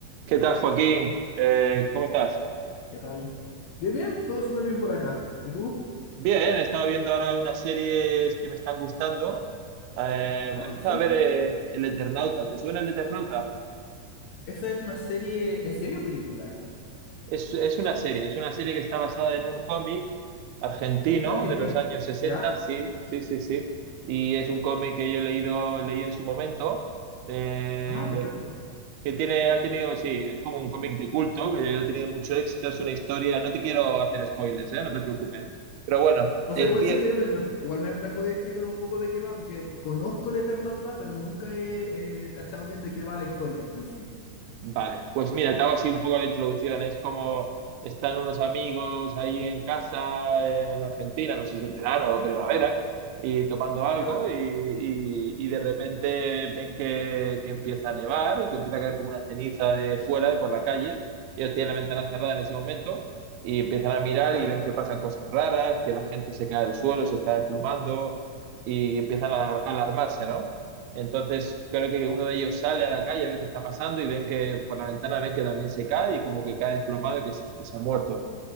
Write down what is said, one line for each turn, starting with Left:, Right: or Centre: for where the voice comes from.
Right: ¿Qué tal, Joaquín? Eh, ¿cómo estás?
Left: ¿Qué tal? Bien, bien, todo súper bien por acá. ¿Y tú?
Right: Bien, he estado viendo ahora unas series que me están gustando. Eh,
Left: Ah,
Right: he empezado
Left: excelente.
Right: a ver eh, El Eternauta. ¿Te suena El Eternauta?
Left: Esa es una serie, ¿es serie o película esa?
Right: Es, es una serie, es una serie que está basada en un cómic argentino
Left: Es argentino,
Right: de los años 60.
Left: ¿ya?
Right: sí, sí, sí, sí. Y es un cómic que yo he leído, leí en su momento, eh,
Left: Ah, perfecto.
Right: que tiene, ha tenido, sí, es como un cómic de culto, que ha tenido mucho éxito, es una historia, no te quiero hacer spoilers, eh, no te preocupes. Pero bueno,
Left: O
Right: empieza
Left: sea, igual si quieres, me, me- igual me, me podés explicar un poco de qué va, porque conozco el Eternauta, pero nunca he eh, cachado bien de qué va la historia en sí.
Right: Vale, pues mira, te hago así un poco la introducción. Es como están unos amigos ahí en casa, en Argentina, no sé si en verano o primavera, y tomando algo
Left: ¿Ya?
Right: y, y- y de repente ven que, que empieza a nevar y que empieza a caer como una ceniza de fuera, de por la calle. Ellos tienen la ventana cerrada en ese momento y empiezan a mirar
Left: Ajá,
Right: y ven que pasan cosas raras, que la gente se cae al suelo, se está desplomando y empiezan a a alarmarse, ¿no? Entonces, creo que uno de ellos sale a la calle a ver qué está pasando y ven que por la ventana ven que también se cae y como que cae desplomado y que, se- que se ha muerto.